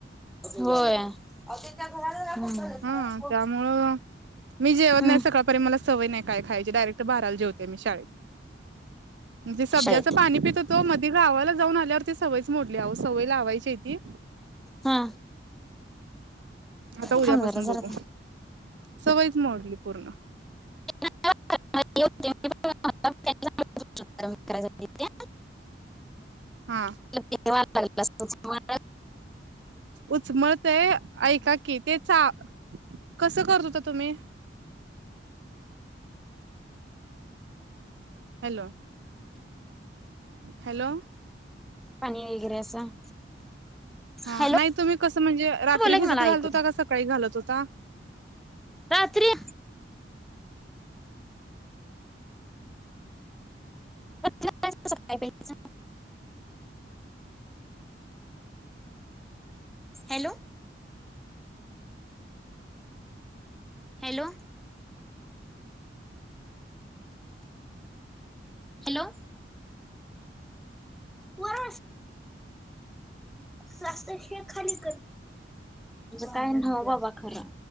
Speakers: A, in the centre; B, on the right.
A: होय अहो त त्या घराला
B: हम
A: सगळ्यात कोण
B: त्यामुळं मी जेवत
A: हम्म
B: नाही सकाळ परी मला सवय नाही काय खायची डयरेक्ट बाराला जेवते मी शाळेत मी सब्ज्याचं
A: शाळेत
B: पाणी पित होतो मधी गावाला जाऊन आल्यावरती सवयच मोडल्या अव सवय लावायच्याय ती
A: हा.
B: आता उद्यापासून
A: थांब जरा जरा
B: बघू
A: थांब.
B: सवयच मोडली पूर्ण
A: <unintelligible> <inaudible>
B: हा
A: ते लाग अस <inaudible>
B: उचमळत ऐका की ते चा कसं करत होता तुम्ही हॅलो. हॅलो.
A: पाणी वगैरे असं
B: हा
A: हॅलो
B: नाही तुम्ही कसं म्हणजे रात्री
A: बोला
B: भिजत
A: की मला
B: घालत
A: ऐकू
B: होता
A: दे.
B: का सकाळी घालत होता.
A: रात्री. ज <unintelligible> हॅलो. हॅलो. हॅलो. बर स्स्तशिवा खाली कर. काय ना बाबा खरा.